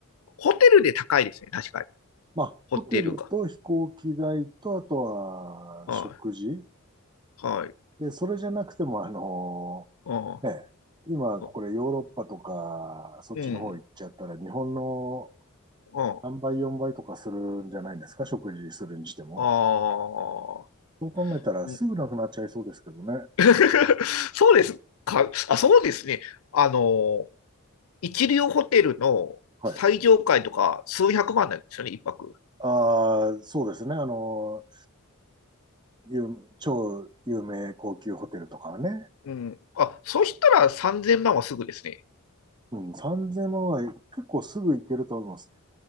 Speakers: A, on the left (about 75°); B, on the right (about 20°).
A: ホテルで高いですね。確かに。
B: まあ、
A: ホテルが。
B: ホテルと飛行機代と、あとは食事
A: はい。はい。
B: で、それじゃなくても、あの
A: うん。
B: ね、今これヨーロッパとか、
A: う
B: そっちの方行っちゃったら、
A: ん。
B: 日本の
A: うん。
B: 3倍、4倍とかするんじゃないですか、食事するにしても。
A: ああ。
B: そう考えたら、
A: うん
B: すぐなくなっちゃいそうですけどね。
A: <laughs> そうですか。あ、そうですね。あの、一流ホテルの最上階とか数百万なんですよね、
B: はい。
A: 一泊。
B: ああ、そうですね。あの、有超有名高級ホテルとかはね。
A: うん。あ、そうしたら3000万はすぐですね。
B: うん、3000万は結構すぐ行けると思います。